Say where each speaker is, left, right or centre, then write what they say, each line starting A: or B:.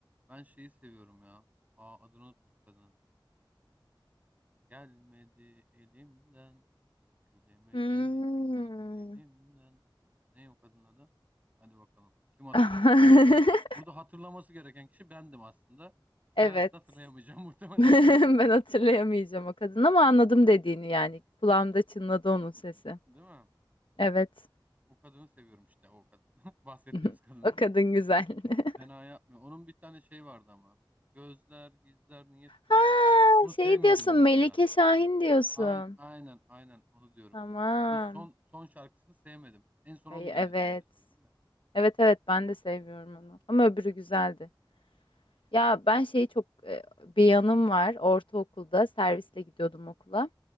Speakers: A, on the right (about 20°); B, on the left (about 80°).
A: Ben şeyi seviyorum ya. Aa, adını unuttum kadının. Gelmedi elimden, dökülemedi
B: Hmm.
A: inan dilimden. Ne o kadının adı? Hadi bakalım. Kim hatırlayacak
B: <laughs>
A: şimdi? Burada hatırlaması gereken kişi bendim aslında. Sen
B: Evet.
A: hayatta hatırlayamayacaksın <laughs> muhtemelen.
B: <laughs> Ben hatırlayamayacağım o kadın ama anladım dediğini yani. Kulağımda çınladı onun sesi.
A: Değil mi?
B: Evet.
A: O kadını seviyorum işte o kadın. <laughs> Bahsettiğimiz
B: <laughs>
A: kadın.
B: O kadın güzel. <laughs>
A: Fena yapmıyor. Onun bir tane şey vardı ama. Gözler gizler niyetleri
B: Ha,
A: belki. Ama Onu sevmedim
B: şey diyorsun
A: mesela.
B: Melike Şahin diyorsun.
A: Aynen aynen aynen onu diyorum.
B: Tamam.
A: O son son şarkısını sevmedim. En son
B: Ay,
A: onu dinledim
B: evet.
A: öyle söyleyeyim de.
B: Evet evet ben de seviyorum onu. Ama öbürü güzeldi. Ya ben şeyi çok e, bir yanım var. Ortaokulda servisle gidiyordum okula.